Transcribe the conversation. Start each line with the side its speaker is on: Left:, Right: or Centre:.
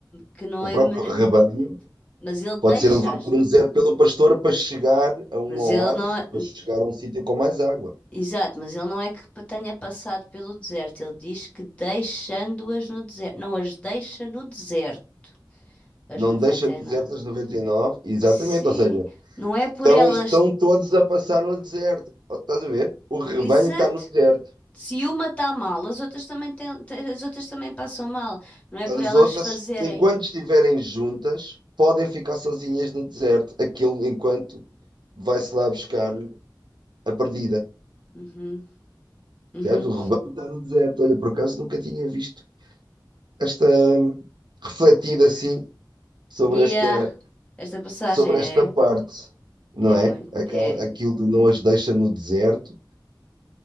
Left: Que não
Right: O
Left: é
Right: próprio
Left: mere-
Right: rebanho
Left: Mas ele deixa-as
Right: pode ser levado por
Left: no
Right: um deserto
Left: deserto.
Right: pelo pastor para chegar a um
Left: Mas
Right: oásis
Left: ele não é.
Right: ou para chegar a um sítio com mais água.
Left: Exato, mas ele não é que tenha passado pelo deserto. Ele diz que deixando-as no deserto. Não as deixa no deserto. As
Right: Não
Left: noventa
Right: deixa no deserto
Left: e nove
Right: as 99, exatamente,
Left: Sim,
Right: ou seja,
Left: não é
Right: estão,
Left: por elas.
Right: estão todos a passar no deserto. Oh, Estás a ver? O rebanho
Left: Exato.
Right: está no deserto.
Left: Se uma está mal, as outras também têm, te- as outras também passam mal. Não é por
Right: As
Left: elas
Right: outras,
Left: fazerem.
Right: enquanto estiverem juntas, podem ficar sozinhas no deserto, aquilo enquanto vai-se lá buscar a perdida.
Left: Uhum, uhum.
Right: Certo? O rebanho está no deserto. Olha, por acaso nunca tinha visto esta, refletir assim sobre
Left: Yeah.
Right: esta,
Left: Esta passagem,
Right: sobre
Left: né?
Right: esta parte, não
Left: É
Right: é?
Left: muito.
Right: Aquela,
Left: É.
Right: aquilo de não as deixa no deserto,